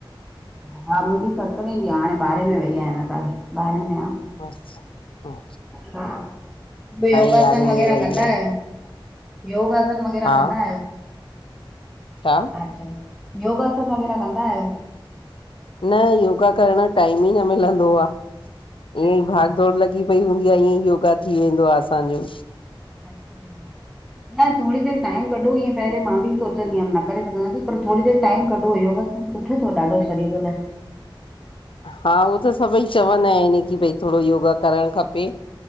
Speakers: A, in the centre; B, on the left (about 75°).
A: हा मुंजी सतरे जी आ हाणे ॿारहें में वई आ हिन साल ॿारहें में आ।
B: अच्छा हा
A: हा ॿियो योगासन
B: यारहें
A: वग़ैरह
B: में वई
A: कंदा
B: आ,
A: आयो, योगासन वग़ैरह
B: हा
A: कंदा आयो,
B: छा?
A: अच्छा योगासन वग़ैरह कंदा आयो
B: न योगा करण जो टाइम ई न मिलंदो आ। ईअं
A: अच्छा
B: ई भाग दौड़ लॻी पई हूंदी आ ईअं ई योगा थी वेंदो आ असांजो।
A: अच्छा न थोड़ी देर टाइम कढो ईअं पेहरीं मां बि सोचंदी हुअम न करे सघंदासीं पर थोड़ी देर टाइम कढो योगा सुठो तव ॾाढो शरीर लाइ।
B: हा उओ त सभई चवंदा आहिन कि भई थोड़ो योगा करण खपे।